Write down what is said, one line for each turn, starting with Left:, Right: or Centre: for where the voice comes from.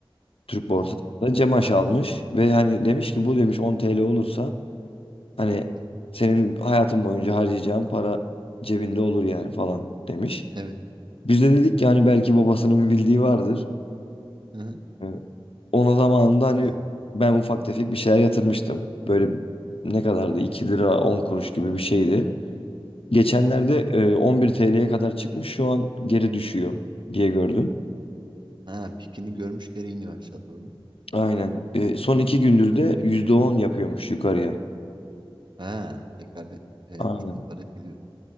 Left: Türk borsasında.
Right: Hı hı,
Left: Cemaş almış ve hani demiş ki bu demiş 10 TL olursa hani
Right: hı hı.
Left: senin hayatın boyunca harcayacağın para cebinde olur yani falan demiş.
Right: Evet.
Left: Biz de dedik ki hani belki babasının bir bildiği vardır.
Right: Hı hı.
Left: Ee, Onun zamanında hani
Right: Biz de aldık.
Left: ben ufak tefek bir şeyler yatırmıştım. Böyle ne kadardı? 2 lira 10 kuruş gibi bir şeydi. Geçenlerde e, 11 TL'ye kadar çıkmış şu an geri düşüyor diye gördüm.
Right: Ha, pikini görmüş geri iniyor aşağı doğru.
Left: Aynen. E, Son 2 gündür de %10 yapıyormuş yukarıya.
Right: Ha, tekrar bir şey
Left: Aynen.
Right: yapmış toparlayıp biliyorum.